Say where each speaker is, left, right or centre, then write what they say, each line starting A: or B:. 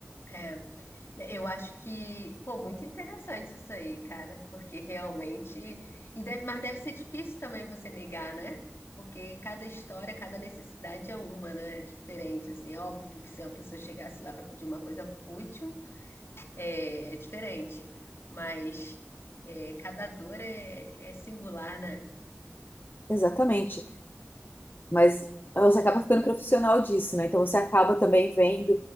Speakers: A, on the left; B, on the left.
A: É. Eu acho que, pô, muito interessante isso aí, cara, porque realmente, e deve, mas deve ser difícil também você negar, né? Porque cada história, cada necessidade é uma, né? É diferente, assim, é óbvio que se uma pessoa chegasse lá para pedir uma coisa fútil, é, é diferente, mas é, cada dor é, é singular, né?
B: Exatamente. mas ah, você acaba ficando profissional disso, né? Então você acaba também vendo